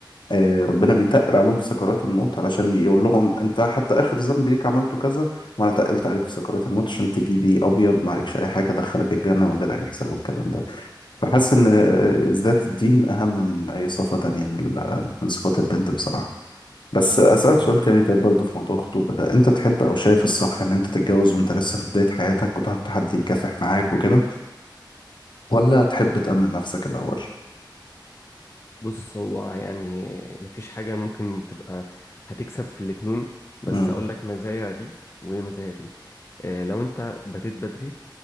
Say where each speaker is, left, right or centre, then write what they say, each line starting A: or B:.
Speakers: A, on the left; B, on the left.
A: آه، ربنا بيتقل عليهم في سكرات الموت علشان يقول لهم انت حتى اخر ذنب ليك عملته كذا وانا تقلت عليك في سكرات الموت عشان تجي لي ابيض ما عليكش اي حاجه ادخلك الجنه من غير اي حساب والكلام ده فحاسس ان آه، ذات الدين اهم من اي صفه تانية من ال- آه، من صفات البنت بصراحه بس اسالك
B: أمم.
A: سؤال تاني طيب برضه في موضوع الخطوبه ده انت تحب او شايف الصح ان انت تتجوز وانت لسه في بدايه حياتك وتاخد حد يكافح معاك وكده ولا تحب تامن نفسك الاول
B: بص هو يعني مفيش حاجة ممكن تبقى هتكسب في الاتنين بس
A: امم
B: أقول لك مزايا دي ومزايا دي آه، لو أنت بديت بدري